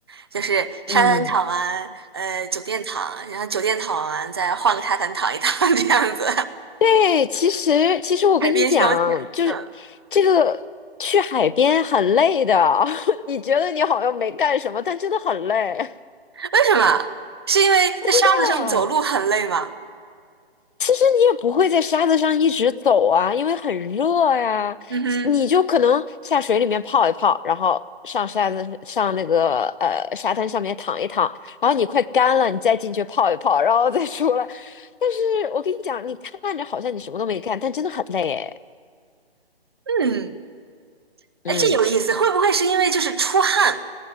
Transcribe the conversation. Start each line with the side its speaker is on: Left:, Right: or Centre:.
Right: 就是沙滩躺完，
Left: 嗯。
Right: 呃，酒店躺，然后酒店躺完，再换个沙滩躺一躺，<laughs> 这样子，
Left: 对，其实其实我跟你讲，
Right: 海边消遣。
Left: 就是这个去海边很累的，
Right: 嗯，
Left: <laughs> 你觉得你好像没干什么，但真的很累。<laughs>
Right: 为什么？是因为在沙子上走路很累吗？
Left: 不知道，其实你也不会在沙子上一直走啊，因为很热呀，
Right: 嗯哼，
Left: 你就可能下水里面泡一泡，然后上沙子上那个呃沙滩上面躺一躺，然后你快干了，你再进去泡一泡，然后再出来。但是我跟你讲，你看着好像你什么都没干，但真的很累哎，
Right: 嗯，哎，
Left: 嗯。
Right: 这有意思，会不会是因为就是出汗，